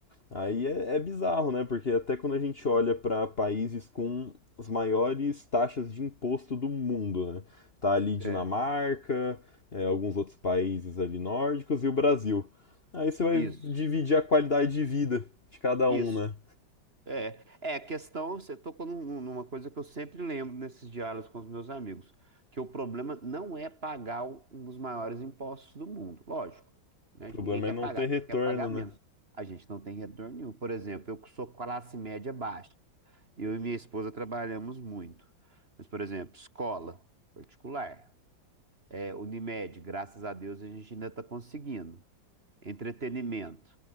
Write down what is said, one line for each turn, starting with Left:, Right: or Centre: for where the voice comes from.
Left: Aí é, é bizarro, né? Porque até quando a gente olha para países com as maiores taxas de imposto do mundo, né? Tá ali Dinamarca,
Right: É,
Left: é, alguns outros países ali nórdicos e o Brasil. Aí você vai
Right: isso,
Left: dividir a qualidade de vida de cada
Right: isso.
Left: um, né?
Right: É, é a questão, você tocou num- numa coisa que eu sempre lembro nesses diálogos com os meus amigos, que o problema não é pagar o- um dos maiores impostos do mundo, lógico, né?
Left: O problema
Right: Ninguém quer
Left: é não
Right: pagar,
Left: ter
Right: a
Left: retorno,
Right: gente quer pagar
Left: né?
Right: menos. A gente não tem retorno nenhum. Por exemplo, eu que sou classe média baixa, eu e minha esposa trabalhamos muito. Mas, por exemplo, escola particular, é, Unimed, graças a Deus a gente ainda está conseguindo. Entretenimento.